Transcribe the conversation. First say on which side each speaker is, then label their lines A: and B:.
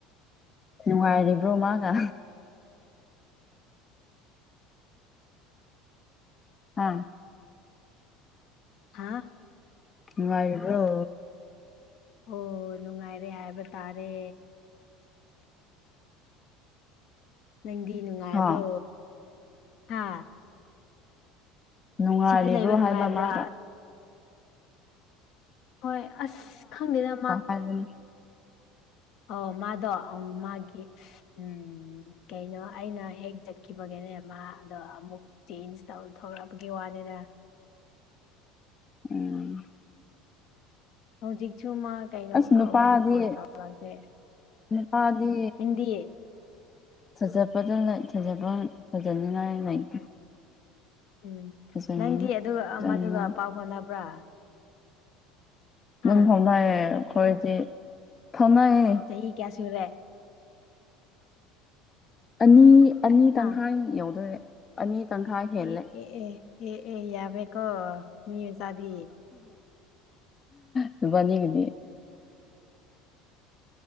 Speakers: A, on the left; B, on the left.
A: ꯅꯨꯡꯉꯥꯏꯔꯤꯕ꯭ꯔꯣ ꯃꯥꯒ ꯑꯥ
B: ꯍꯥ
A: ꯋꯥꯏꯕ꯭ꯔꯣ
B: ꯑꯣ ꯅꯨꯡꯉꯥꯏꯔꯦ ꯍꯥꯏꯕ ꯇꯥꯔꯦ ꯅꯪꯗꯤ ꯅꯨꯡꯉꯥꯏꯕ꯭ꯔꯣ
A: ꯍꯥ
B: ꯍꯥ
A: ꯅꯨꯡꯉꯥꯏꯔꯤꯕ꯭ꯔꯣ
B: ꯁꯤꯗꯤ ꯂꯩꯕ ꯅꯨꯡꯉꯥꯏꯕ꯭ꯔꯥ
A: ꯍꯥꯏꯕ ꯃꯥꯒ
B: ꯍꯣꯏ ꯑꯁ ꯈꯪꯗꯦ ꯅꯃ
A: ꯑꯅꯤ
B: ꯑꯣ ꯃꯥꯗ ꯃꯥꯒꯤꯦ ꯎꯝ ꯀꯩꯅꯣ ꯑꯩꯅ ꯍꯦꯛ ꯆꯠꯈꯤꯕꯒꯦꯅꯦ ꯃꯥ ꯑꯗꯣ ꯑꯃꯨꯛ ꯆꯦꯟꯖ ꯇꯧꯔ ꯊꯂꯛꯑꯒꯤ ꯋꯥꯅꯤꯗ
A: ꯎꯝ
B: ꯍꯧꯖꯤꯛ ꯖꯨꯃ ꯀꯩꯅꯣꯝ
A: ꯑꯁ
B: ꯇꯧꯋꯦꯅ
A: ꯅꯨꯄꯥꯗꯤ
B: ꯐꯣꯟ ꯇꯧꯔꯛꯇꯦ
A: ꯅꯨꯄꯥꯗꯤ
B: ꯍꯤꯟꯗꯤ
A: ꯊꯥꯖꯕꯗ ꯊꯖꯕ ꯊꯖꯅꯤꯡꯉꯥꯏ ꯂꯩꯇꯦ
B: ꯎꯝ
A: ꯊꯥꯖꯅꯤꯡꯉꯥꯏ
B: ꯅꯪꯗꯤ ꯑꯗꯨꯒ ꯃꯗꯨꯒ ꯄꯥꯎ ꯐꯥꯎꯅꯕ꯭ꯔꯥ
A: ꯑꯗꯨꯝ
B: ꯍꯥ
A: ꯍꯣꯡꯅꯌꯦ ꯑꯩꯈꯣꯏꯗꯤ ꯐꯝꯅꯌꯦ
B: ꯆꯍꯤ ꯀꯌꯥ ꯁꯟꯔꯦ
A: ꯑꯅꯤ ꯑꯅꯤ ꯇꯪꯈꯥꯏ
B: ꯍꯥ
A: ꯌꯥꯎꯗꯣꯔꯦ ꯑꯅꯤ ꯇꯪꯈꯥꯏ ꯍꯦꯜꯂꯦ
B: ꯑꯦ ꯑꯦ ꯑꯦ ꯑꯦ ꯑꯦ ꯌꯥꯕꯦꯀꯣ ꯃꯤ ꯃꯆꯥꯗꯤ
A: ꯑꯗꯨꯕꯥꯅꯤꯒꯗꯤ